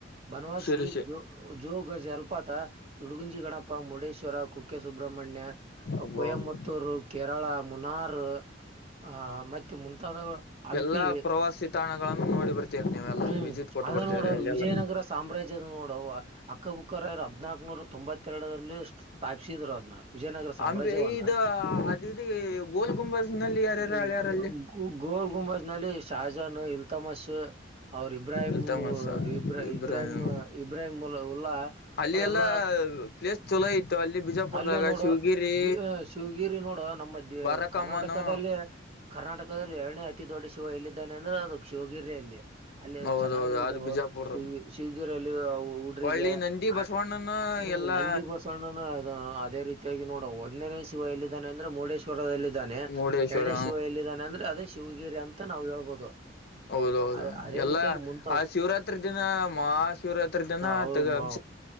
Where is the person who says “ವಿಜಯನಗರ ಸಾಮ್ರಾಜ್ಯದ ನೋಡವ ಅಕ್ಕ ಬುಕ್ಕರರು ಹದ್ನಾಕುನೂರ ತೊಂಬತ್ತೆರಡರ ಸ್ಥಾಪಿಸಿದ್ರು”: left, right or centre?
Right